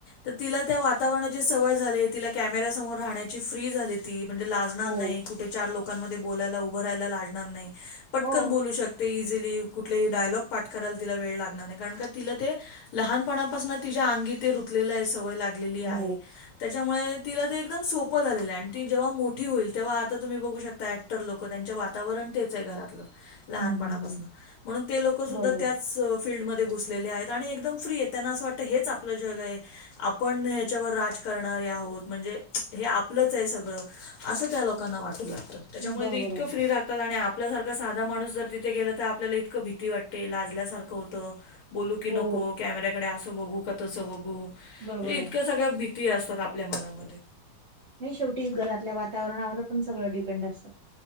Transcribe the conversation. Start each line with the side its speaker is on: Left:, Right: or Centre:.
Left: तर तिला त्या वातावरणाची सवय झालिये तिला कॅमेरा्या समोर राहण्याची फ्री झाली. ती म्हणजे लाजणार
Right: हो
Left: नाही कुठे चार लोकांमध्ये बोलायला उभ राहयला लागणार नाही पटकन
Right: हो
Left: बोलू शकत ते इझीली कुठलेही डायलॉग पाठ करायला तिला वेळ लागणार नाही. कारण का तिला ते लहानपणापासून तिच्या अंगी ते रुतलेलेय सवय लागल लागलेली आहे
Right: हो
Left: त्याच्यामुळे तिला ते एकदम सोपं झालीलये आणि ती जेव्हा मोठी होईल तेव्हा आता तुम्ही बघू शकता ऍक्टर लोक त्यांच्या वातावरणामध्ये वातावरण तेच आहे घरातलं लहानपणापासून
Right: हम्म हम्म हम्म
Left: म्हणून ते लोक सुधा
Right: बरोबर
Left: त्या सो त्याच फीलल्डमध्ये घुसलेले आहेत आणि एकदम फ्री आहे त्यांना असं वाटतं हेच आपलं जगये. आपण ह्याच्यावर राज करणारे आहोत म्हणजे हे आपलंच ये सगळं. असं त्या लोकांना वाटू लागतं. त्याच्यामुळे
Right: बरोबर
Left: ते इतक
Right: आहे ना
Left: फ्री राहतात आणि आपल्यासारखा साधा माणूस जर तिथे गेला तर आपला इतकं भीती वाट ते लाजल्यासारखं होतं बोलू की
Right: हो
Left: नको कॅमेऱ्याकडे असं बघू का तसं बघू?
Right: बरोबर आहे
Left: इतक्या
Right: ना
Left: सगळ्या भीती असतात आपल्या मनामध्ये
Right: नाही शेवटी घरातल्या वातावरणावर पण सगळं डिपेंड असतं.